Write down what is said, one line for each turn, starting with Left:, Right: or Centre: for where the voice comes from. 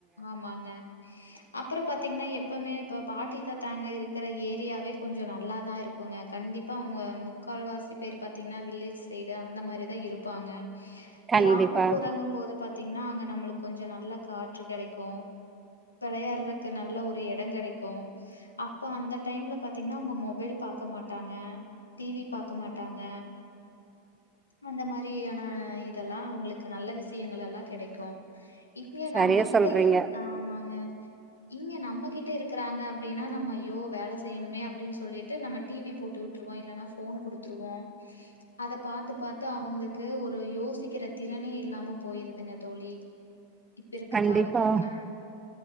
Left: ஆமாங்க அப்பற பாத்திங்னா எப்பமே இப்ப பா பாட்டி தத்தாங்க இருக்கற ஏரியாவே கொஞ்ச நல்லாதா இருக்குங்க கண்டிப் பா அவங்க முக்கால்வாசி பேர் பாத்திங்னா வில்லேஜ் சைடு அந்த மாரிதா இருப் பாங்க
Right: கண்டிப்பா.
Left: கிராமப்புறங்க அது பாத்திங்னா அங்க நம்மளுக்கு கொஞ்ச நல்ல காற்று கெடைக்கு வெளயாடறக்கு நல்ல ஒரு எடங் கெடைக்கு அப்ப அந்த டைம்ல பாத்திங்னா அவங்க மொபைல் பாக்க மாட்டாங்க டி வி பாக்க மாட்டாங்க அந்த மாரியான இதெல்லா அவங்களுக்கு நல்ல விஷ யங்கள் எல்லா கெடைக்கு இப்பவே
Right: சரியா
Left: நம்மகிட்டயே
Right: சொல்றீங்க
Left: ஆமாங்க இங்க நம்மகிட்ட இருக்கறாங்க அப்படின்னா நம்ம ஐயோ வேல செய்யணுமே அப்டின்னு சொல்லிட்டு நம்ம டிவி போட்டு விட்டுருவோ இல்லன்னா ஃபோன் குடுத்துருவோ அத பாத்து பாத்து அவங்களுக்கு ஒரு யோசிக்கிற திறனே இல்லாம போயிருதுங்க தோழி இப்ப இருக்க
Right: கண்டிப்பா
Left: காலக்க ஆ